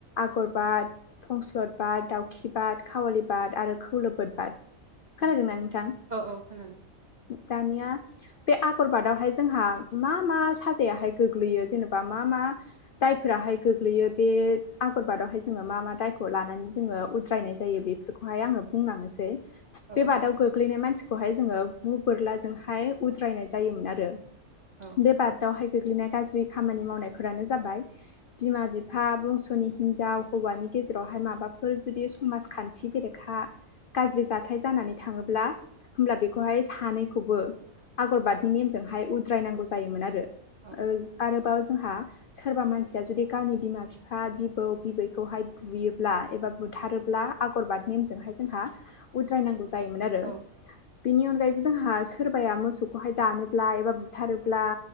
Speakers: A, on the left; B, on the right.
A: आगरबाद फंस्लत बाद दाउखि बाद कावालि बाद आरो खौलबोद बाद
B: औ
A: खोनादोंना नोंथां
B: औ औ खोनादों
A: दानिया बे आगरबादावहाय जोंहा मा मा साजायाहाय गोग्लैयो जेनेबा मा मा दायफोराहाय गोग्लैयो बे आगरबादावहाय जोङो मा मा दायखौ लानानै जोङो उ द्रायनाय जायो बेफोरखौहाय आङो बुंलांनोसै
B: औ
A: बे बादाव गोग्लैनाय मानसिखौहाय जोङो गु बोरलाजोंहाय उद्रायनाय जायोमोन आरो
B: औ
A: बे बादावहाय गोग्लैनाय गाज्रि खामानि मावनायफोरानो जाबाय बिमा बिफा बंस'नि हिनजाव हौवानि गेजेरावहाय माबाफोर जुदि समाज खान्थि बेरेखा गाज्रि जाथाइ जानानै थाङोब्ला होमब्ला बेखौहाय सानैखौबो आगरबादनि नेमजोंहाय उद्रायनांगौ जायोमोन आरो
B: औ
A: ओ आरोबाव जोंहा सोरबा मानसिया जुदि गावनि बिमा बिफा बिबौ बिबैखौहाय बुयोब्ला एबा बुथारोब्ला आगरबाद नेमजोंहाय जोंहा उद्रायनांगौ जायोमोन आरो
B: औ
A: बेनि अनगायैबो जोंहा सोरबाया मोसौखौहाय दानोब्ला एबा बुथारोब्ला